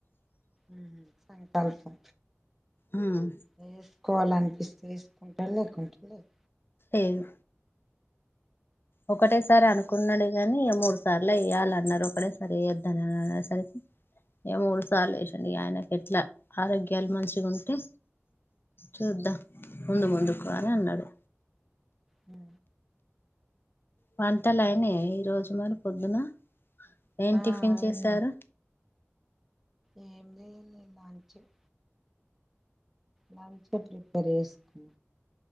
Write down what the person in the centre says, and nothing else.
మ్ హ్ సంకల్పం
వేసుకోవలన్ ఇస్ తీస్కుంటా లేకుంటే లెదు
అదే
ఆ
ఆ
ఆయనే
ఏం లే <unintelligible> లంచ్ ప్రిపేర్ చేస్కో